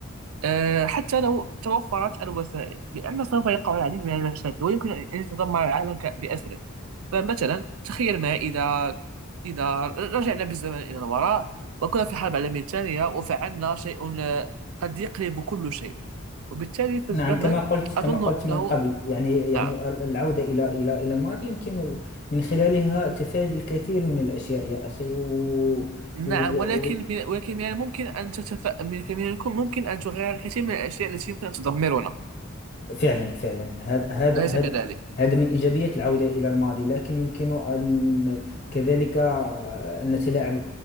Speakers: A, on the right; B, on the left.
A: آه، حتى لو توفرت الوسائل لأن سوف يقع العديد من المشاكل ويمكن أن يتدمر العالم ك- بأسره فمثلا تخيل ما إذا إذا رجعنا بالزمن إلى الوراء وكنا في الحرب العالمية الثانية وفعلنا شيء آه، قد يقلب كل شيء وبالتالي فالزمن
B: نعم كما قلت كما
A: أظن
B: قلت
A: أنه
B: من قبل يعني يعني
A: نعم
B: العودة إلى إلى إلى الماضي يمكن من خلالها تفادي الكثير من الأشياء يا أخي و...
A: نعم
B: و...
A: ولكن من ولكن من الممكن أن تتف من من الكم- ممكن أن تغير الكثير من الأشياء التي يمكن أن تدمرنا
B: فعلا فعلا هذا هذا
A: أليس
B: هذا
A: كذلك؟
B: هذا من إيجابيات العودة إلى الماضي لكن يمكن أن كذلك أن نتلاعب